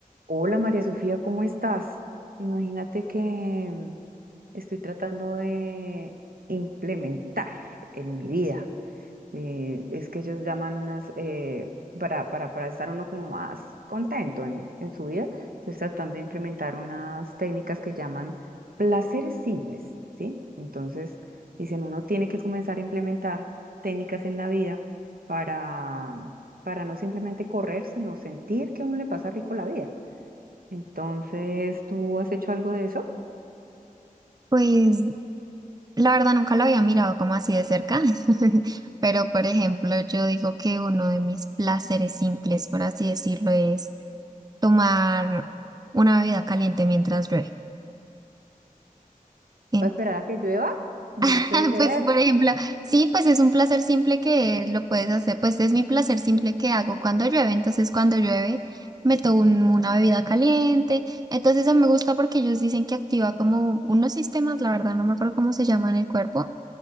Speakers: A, on the right; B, on the right.
A: Hola María Sofía, ¿cómo estás? Imagínate que mm, estoy tratando de implementar en mi vida. eh, es que ellos llaman unas, eh, para, para, para estar uno como más contento en, en su vida, estoy tratando de implementar unas técnicas que llaman placeres simples, ¿sí? Entonces, dicen, uno tiene que comenzar a implementar técnicas en la vida para, para no simplemente correr, sino sentir que a uno le pasa rico la vida. Entonces, ¿tú has hecho algo de eso?
B: Pues la verdad nunca lo había mirado como así de cerca, <laughs> pero por ejemplo yo digo que uno de mis placeres simples, por así decirlo, es tomar una bebida caliente mientras llueve. En-
A: ¿Para esperar a que llueva? No
B: <laughs>
A: puede ser.
B: Pues por ejemplo, sí, pues es un placer simple que lo puedes hacer, pues es mi placer simple que hago cuando llueve, entonces cuando llueve me tomo un- una bebida caliente, entonces eso me gusta porque ellos dicen que activa como unos sistemas, la verdad no me acuerdo cómo se llaman en el cuerpo